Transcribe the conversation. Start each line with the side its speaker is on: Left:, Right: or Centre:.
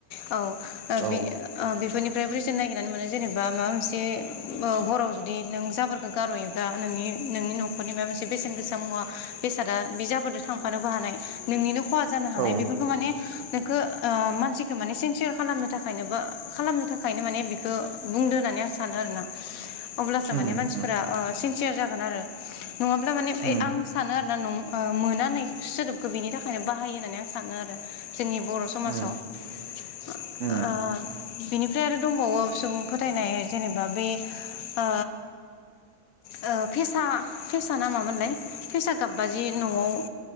Left: औ ओ
Right: औ
Left: बे ओ बेफोरनिफ बेयाव बो रिजोन नागिरनानै मोनो जेनेबा माबा मोनसे उम हराव जुदि नों जाबोरखो गारहयोब्ला नोंनि नोंनि न'खरनि माबा मोनसे बेसेन गोसा मुवा बेसादा बे जा बोरदो थांफानोबो हानाय नोंनिनो खहा जानो हानाय
Right: औ उम
Left: बेफोरखौ माने नोंखो ओ मानसिखौ माने सेन्सियार खालामनो थाखायनो बा खालामनो थाखायनो माने बेखौ बुंदो होननानै आं सानो आरोना। अब्लासो
Right: उम
Left: माने मानसिफोरा ओ सिन सियार जागोन आरो। नङाब्ला माने ओइ
Right: उम
Left: आं सानो आरोना नं औ। मोना होननाय सोदोबखौ बेनि थाखायनो बाहायो होननानै आं सानो आरो। जोंनि बर' समाजाव
Right: उम
Left: ओ
Right: उम
Left: बिनिफ्राय आरो दंबावो सुबुं फोथायनाय जेनेबा बे ओ ओ फेसा फेसा ना मामोनलाय फेसा गाबबा जि न'आव